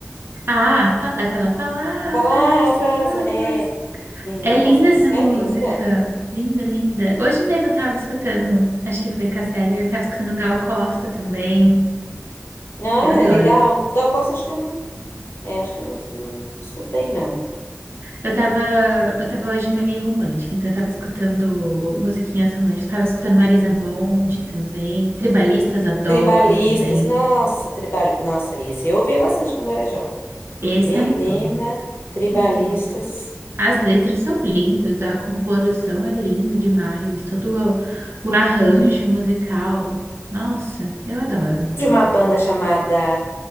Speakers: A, on the right (about 60°); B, on the left (about 60°).
A: Ah, pa- aquela palavras,
B: Palavras,
A: palavras.
B: é. Menina,
A: É linda
B: essa música
A: essa música.
B: é linda.
A: Linda, linda. Hoje mesmo eu tava escutando, acho que foi Cássia Eller, eu tava escutando Gal Costa também.
B: Ah,
A: Eu adoro.
B: é legal. Gal Costa, acho que eu não. É, acho que eu não, não escutei, não.
A: Eu tava, eu tava hoje meio romântica, então eu tava escutando musiquinhas românticas. Tava escutando Marisa Monte também. Tribalistas adoro
B: Tribalistas,
A: também.
B: nossa, tribalistas. Nossa, esse eu ouvia bastante quando eu era jovem.
A: Esse
B: Menina,
A: é muito bom.
B: tribalistas.
A: É muito bom. As letras são lindas, a composição é linda demais. Todo o, o arranjo musical. Nossa, eu adoro.
B: De uma banda chamada.